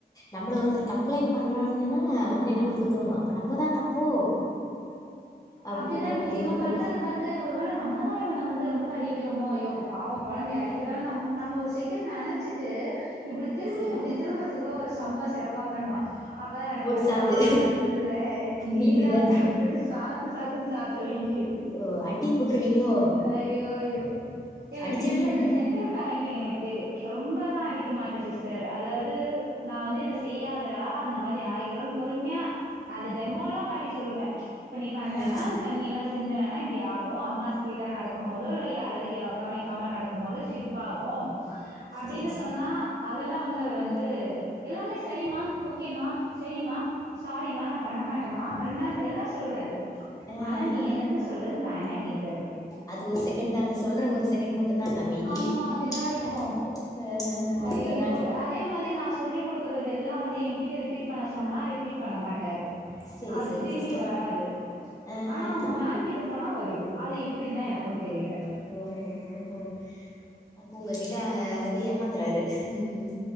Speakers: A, on the left; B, on the right.
A: நம்மள ஒருத்தர் கம்ப்ளைண்ட் பண்றாங்கன்னா ஒன்னே நம்மளுக்கு தோணு அப்ப நம்மதான் தப்போ அப்படின்ற
B: அப்டிதான் எனக்கு
A: மாரி
B: இவன்
A: இருக்கு
B: பண்றத பாத் து ஒருவேள நம்மதா இவன வந்து ரொம்ப அடிக்கறோமோ அய்யோ பாவோ கொழந்தய அடி க்கிலா நம்மோ நம்மோ ஒரு செகண்ட் நேனச்சிட்டு இப்டி திரும்பி
A: சரி
B: இப்டி திரும்பறதுக்குள்ள ஒரு சம்பவோ சிறப்பா பண்ணுவான் அப்பதா நெனப்ப
A: ஓட்டு சாத்து
B: நா தப்பில்ல நீதா
A: நீங்க தான் தா
B: தப்புன்னு சாத்து சாத்துனு சாத்த வேண்டியது
A: ஓ அடி போட்டுருவீங்களோ
B: அய்யோ அய்யோ எனக்கு
A: அடிச்சிருவீங்க
B: சீரியசா இந்த ஜென்டல் பேரண்டிங் எனக்கு தெரி ரொம்பலா அடிக்க மாட்ட சிஸ்டர் அதாவது நா வந்து இத செய்யாதரா அந்த மாரி ஆகிடு பொறுமையா அது டெமோல்லா காட்டி சொல்லுவ இப்ப நீ பண்ணனா
A: ஆஹா
B: தண்ணி எல்லா சிந்தினனா இப்டி ஆகு அம்மா ஸ்பீடா நடக்கு போதோ இல்ல யாராவது கவனிக்காம நடக்கு போதோ ஸ்லிப் ஆகு அப்டின்னு
A: சரி சரி
B: சொன்னா அதெல்லா வந்து அவர் வந்து எல்லாமே சரிமா ஓகேமா செரிம்மா சாரிமா நா பண்ண மாட்டமா எல்லா சொல்லுவாரு
A: ஆஹஹா
B: ஆனா நீ என்னத்த சொல்றது நா என்ன கேக்குறது
A: அது ஒரு செகண்ட்தா அந்த சொல்ற ஒரு செகண்ட் மட்டுந்தா அந்த அமைதி
B: ஆமா அப்படிதான் இருக்கும்
A: ஹஃ ஹஃ ஹஃ ஹ
B: ஐயோ
A: சொன்னாங்க
B: அதே மாரி நாசு சொல்லி குடுக்குறதெல்லா வந்து என்கிட்ட ரிப்பீட் பண்ண சொன்னா ரிப்பீட் பண்ண மாட்டாரு
A: செரி
B: அது
A: செரிங்
B: திரும்பி
A: சிஸ்டர்
B: வராது
A: ஆஹஹா
B: ஆனா அவங்க மேம்கிட்ட போனா வருது அது எப்டிந்தா எனக்கு தெரில
A: ஹோ ஹோ ஹோ ஹோ அப்ப உங்ககிட்ட வந்து ஏமாத்றாரு ம்